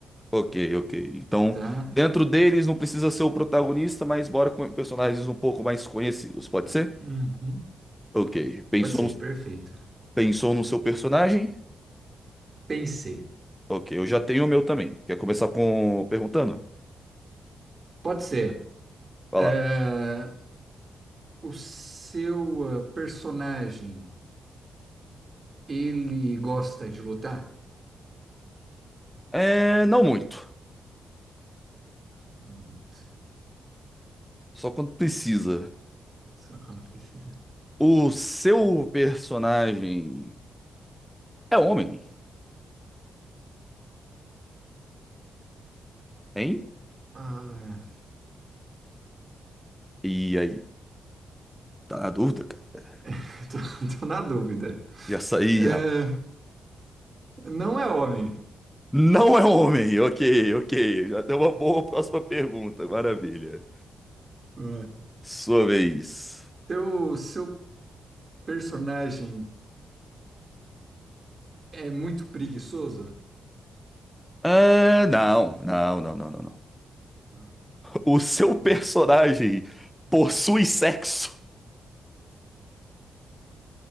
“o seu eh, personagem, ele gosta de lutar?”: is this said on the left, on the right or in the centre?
Right